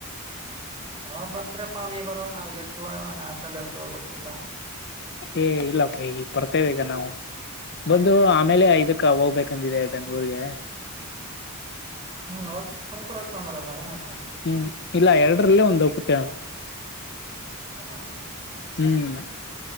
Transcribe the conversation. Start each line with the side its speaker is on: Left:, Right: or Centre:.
Right: ಯಾವಾಗ ಬರ್ತ್ರಪ್ಪ ನೀ ಬರವಾಗ ನಾವ ಇಲ್ಲಿ ಇರ್ತವ ನಾ ಆಸ್ಟ್ಲಲ್ಲಿ ಇರ್ತವ ಗೊತ್ತಿಲ್ಲ.
Left: ಏ ಇಲ್ಲಪ್ಪ ಈ ಬರ್ತೇವೆ ಈಗ ನಾವು. ಬಂದು ಆಮೇಲೆ ಐದಕ್ಕೆ ಹೋಗ್ಬೇಕಂದಿದೆ ಬೆಂಗ್ಳೂರ್ಗೆ.
Right: ಹ್ಮ್ ವಕ್ ತುಮಕೂರಗ ತಂದ್ರಲ್ಲ ಏನಾಯ್ತು.
Left: ಹ್ಮ್ ಇಲ್ಲ ಎರಡರಲ್ಲೇ ಒಂದ್ ಹೋಗತ.
Right: ಹಾ
Left: ಹ್ಮ್